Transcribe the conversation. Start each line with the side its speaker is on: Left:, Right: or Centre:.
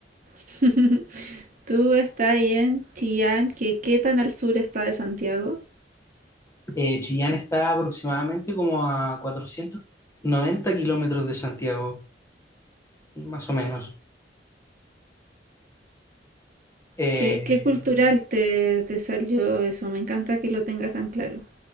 Right: <laughs> ¿Tú estás ahí en Chillán? ¿Qué, qué tan al sur está de Santiago?
Left: Eh, Chillán está aproximadamente como a 490 kilómetros de Santiago, más o menos. Eh,
Right: ¿Qué, qué cultural te, te salió eso? Me encanta que lo tengas tan claro.